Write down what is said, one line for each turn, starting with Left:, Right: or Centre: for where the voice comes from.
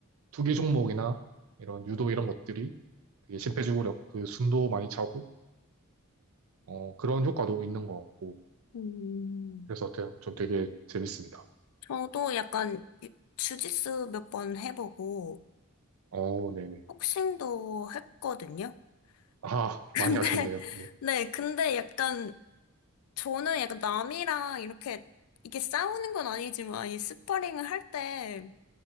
Right: 투기 종목이나 이런 유도 이런 것들이 되게 심폐지구력, 그 숨도 많이 차고, 어, 그런 효과도 있는 것 같고
Left: 음,
Right: 그래서 되- 좀 되게 재밌습니다.
Left: 저도 약간 주짓수 몇 번 해보고,
Right: 어, 네네.
Left: 복싱도 했거든요.
Right: 아,
Left: <laughs> 근데,
Right: 많이 하셨네요. 네.
Left: 네, 근데 약간 저는 약간 남이랑 이렇게, 이게 싸우는 건 아니지만, 이 스파링을 할 때